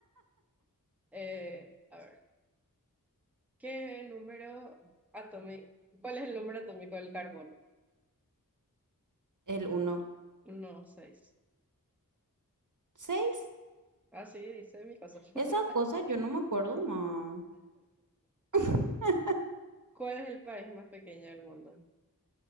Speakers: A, in the centre; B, on the right.
A: Eh, a ver, ¿qué número atómico? ¿Cuál es el número atómico del carbono?
B: El uno
A: No, seis.
B: 6.
A: Ah, sí, dice mi caso. <laughs>
B: Esa cosa yo no me acuerdo más. <laughs>
A: ¿Cuál es el país más pequeño del mundo?